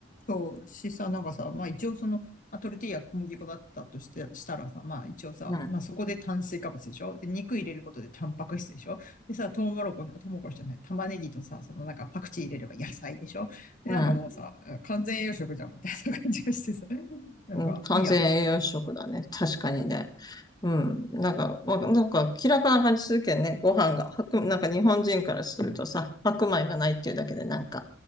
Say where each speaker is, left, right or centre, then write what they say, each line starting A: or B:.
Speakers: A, on the left; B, on the left.
A: そう、しさ、なんかさ、まあ一応その、まあ、トルティーヤ小麦粉だったとして、したらさ、まあ一応さ、
B: うん、
A: まあそこで炭水化物でしょで、肉入れることでタンパク質でしょでさ、トウモロコシ、トウモロコシじゃない、玉ねぎとさ、そのなんかパクチー入れれば野菜でしょで、
B: うん、
A: なんかもうさ、完全栄養食じゃんみたいな感じがしてさ、なんかいいやん
B: うん。完全栄養食だね。確かにね。うん。なんか、わなんか気楽な感じするけどね、ご飯が。白なんか日本人からするとさ、白米がないっていうだけでなんか